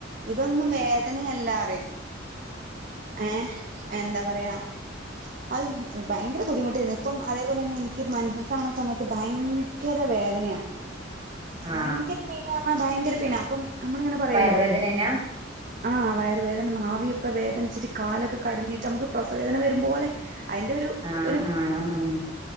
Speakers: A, on the right (about 45°); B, on the right (about 25°).
A: ഇതൊന്നും വേ <unintelligible> അറിം ഏഹ് എന്താ പറയാ അത് ഭയങ്കര ബുദ്ധിമുട്ടായിരുന്നു ഇപ്പം അതേപോലെ തന്നെ എനിക്ക് മെൻസസ്സാവണ സമയത്ത് ഭയങ്കര വേദനയാ.
B: ആഹ്
A: ഭയങ്കര പെയ്നാ ആ ഭയങ്കര പൈൻ ആ അപ്പം നമ്മള് പറയല്ലോ
B: വയറുവേദനേനാ
A: ആ വേദന നാവിയൊക്കെ വേദനിച്ചിട്ട് കാലൊക്കെ കടഞ്ഞിട്ട് നമുക്ക് പ്രസവേദന വരുമ്പോലെ അയിന്റെ ഒരു
B: ആഹ്
A: ഒരു
B: ആഹ് ആഹ്